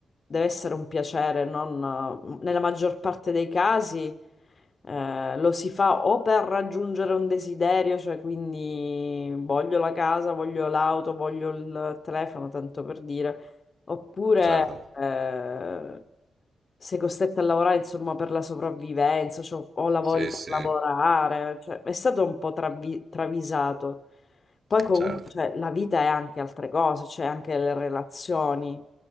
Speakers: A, on the left; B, on the right.
A: deve essere un piacere, non, nella maggior parte dei casi, eh, lo si fa o per raggiungere un desiderio, cioè, quindi voglio la casa, voglio l'auto, voglio il telefono, tanto per dire. Oppure
B: certo.
A: eh, sei costretta a lavorare, insomma, per la sopravvivenza, cioè, o lavori
B: Sì,
A: per
B: sì,
A: lavorare, cioè, è stato un po' travi- travisato. Poi comunque,
B: certo,
A: cioè, la vita è anche altre cose, c'è anche le relazioni,